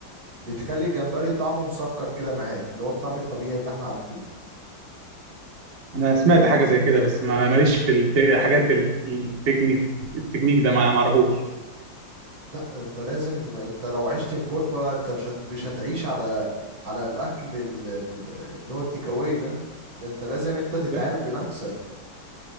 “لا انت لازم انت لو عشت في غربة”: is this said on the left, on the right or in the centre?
Right